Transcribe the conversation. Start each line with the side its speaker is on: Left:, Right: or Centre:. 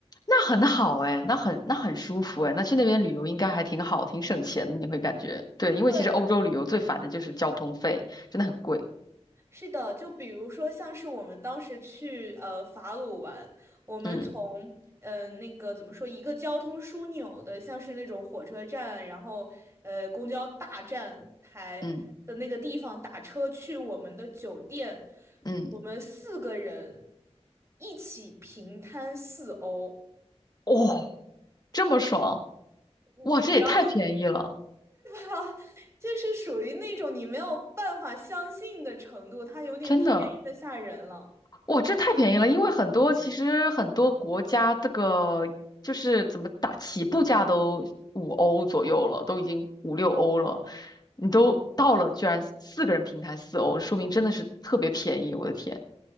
Left: 那很好哎，那很那很舒服哎，那去那边旅游应该还挺好，挺省钱的，你会感觉对，因为其实欧洲旅游最烦的就是交通费，
Right: 对，
Left: 真的很贵。
Right: 是的，就比如说像是我们当时去呃法鲁玩，我们从呃那个怎么说一个交通枢纽的，
Left: 嗯
Right: 像是那种火车站，然后呃公交大站台的那个地方打车去我们的酒店，
Left: 嗯嗯，
Right: 我们四个人一起平摊四欧。
Left: 哦，这么爽，
Right: 我我只要是
Left: 哇，这也太便宜了，
Right: 它，<laughs> 就是属于那种你没有办法相信的程度，它有点便宜的吓人了。
Left: 真的，哇，这太便宜了，因为很多其实很多国家这个就是怎么打起步价都五欧左右了，都已经五六欧了，你都到了，居然四个人平摊四欧，说明真的是特别便宜，我的天，